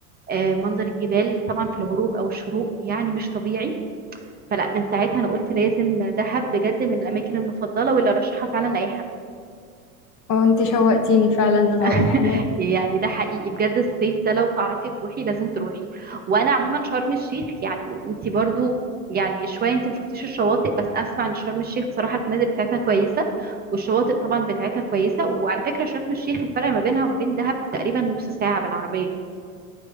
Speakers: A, on the right (about 20°); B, on the left (about 45°).
A: آه، منظر الجبال طبعا في الغروب او الشروق يعني مش طبيعي فلا من ساعتها انا قلت لازم دهب بجد من الاماكن المفضله واللي ارشحها فعلا لاي حد
B: اه انت شوقتيني فعلا ان انا
A: <laughs>
B: اروح هناك
A: يعني ده حقيقي بجد الصيف ده لو تعرفي تروحي لازم تروحي وانا عموما شرم الشيخ يعني انت برضو يعني شويه انت ما شفتيش الشواطئ بس اسمع ان شرم الشيخ بصراحه الفنادق بتاعتها كويسه والشواطئ طبعا بتاعتها كويسه وعلى فكره شرم الشيخ الفرق ما بينها وما بين دهب تقريبا نص ساعه بالعربيه